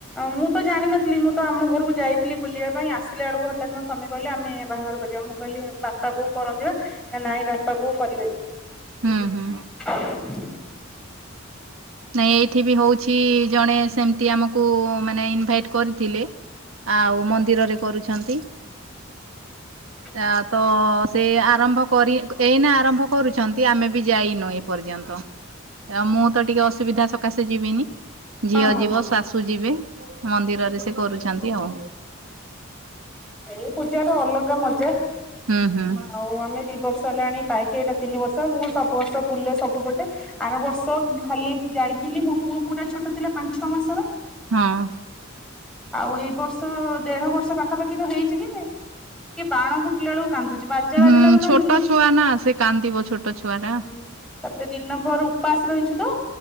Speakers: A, in the centre; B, on the right.
A: ମୁଁ ତ ଜାଣିନଥିଲି ମୁଁ ତ ଆମ ଘରକୁ ଯାଇଥିଲି। ବୁଲିବା ପାଇଁ ଆସିଲା ଳକୁ ହଠାତ୍ ମୋ ସ୍ୱାମି କହିଲେ ଆମେ ବାହାଘର କରିବା ମୁଁ କହିଲି ବାପା ବୋଉ କରନ୍ତି ବା। ନା ନାଇଁ ବାପା ବୋଉ କରିବେନି।
B: ହୁଁ ହୁଁ।
A: <inaudible>
B: ନାଇଁ ଏଇଠି ବି ହଉଛି ଜଣେ ସେମିତି ଆମକୁ ମାନେ ଇନଭାଇଟ କରିଥିଲେ। ଆଉ ମନ୍ଦିରରେ କରୁଛନ୍ତି।
A: <inaudible>
B: ଆ ତ ସେ ଆରମ୍ଭ କରି ଏଇନା ଆରମ୍ଭ କରୁଛନ୍ତି ଆମେ ବି ଯାଇନୁ ଏ ପର୍ଯ୍ୟନ୍ତ ଆଉ ମୁଁ ତ ଟିକେ ଅ ଅସୁବିଧା ସକାଶେ ଯିବିନି
A: ହଁ
B: ଝିଅ
A: ହଁ
B: ଯିବ
A: ହଁ
B: ଶାଶୁ ଯିବେ ମନ୍ଦିରରେ ସେ କରୁଚନ୍ତି ଆଉ।
A: ଏଇ ପୂଜାର ଅଲଗା ମଜା।
B: ହୁଁ ହୁଁ।
A: ଆଉ ଆମେ ଦୁଇ ବର୍ଷ ହେଲାଣି ପାଇକି ଏଇଟା ତିନି ବର୍ଷ ମୁଁ ସବୁ ବର୍ଷ ବୁଲେ ସବୁପଟେ। ଆର ବର୍ଷ ଖାଲି ଯାଇଥିଲି ମୋ ପୁଅ ପୁରା ଛୋଟ ଥିଲା ପାଞ୍ଚ ଛଅ ମାସର
B: ହଁ।
A: ଆଉ ଏଇ ବର୍ଷ ଦେଢ ବର୍ଷ ପାଖାପାଖି ତ ହେଇଛି ଯେ ଟିକେ ବାଣ ଫୁଟିଲା ବେଳକୁ କାନ୍ଦୁଛି ବା ଜା
B: ହୁଁ
A: ବାଜିଲାଳକୁ କାନ୍ଦୁନି
B: ଛୋଟ ଛୁଆ ନା ସେ କାନ୍ଦିବ ଛୋଟ ଛୁଆ ଟା
A: ହୁଁ ତାପରେ ଦିନ ପରୁ ଉପାସ ରହିଛୁ ତ